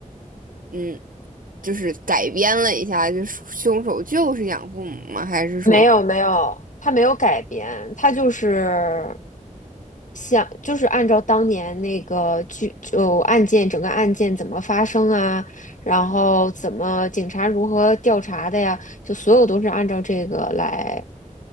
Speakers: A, on the right; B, on the left.
A: 嗯，就是改编了一下，就是凶手就是养父母吗？还是说，
B: 没有没有，他没有改编，他就是像就是按照当年那个剧就案件整个案件怎么发生啊，然后怎么警察如何调查的呀，就所有都是按照这个来